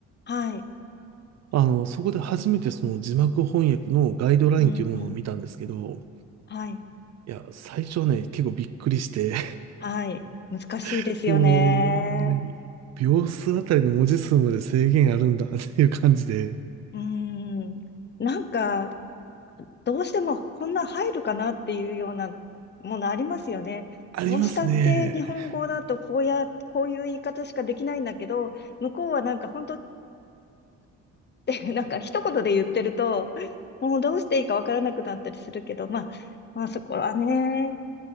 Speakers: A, on the left (about 35°); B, on the right (about 60°).
A: あ。はい。
B: あの、そこで初めてその字幕翻訳のガイドラインというものを見たんですけど、
A: うん、うん。はい。
B: いや、最初はね、結構びっくりして、
A: はい。難しいですよね。
B: <laughs> その、ね、秒数あたりの文字数まで制限あるんだっていう感じで、
A: うーん。なんか、どうしてもこんなん入るかなっていうようなものありますよね。
B: ありますね。
A: どうしたって日本語だとこうや、こういう言い方しかできないんだけど、向こうはなんか本当って <laughs> なんか一言で言ってると、もうどうしていいかわからなくなったりするけど、まあ、まあそこはね、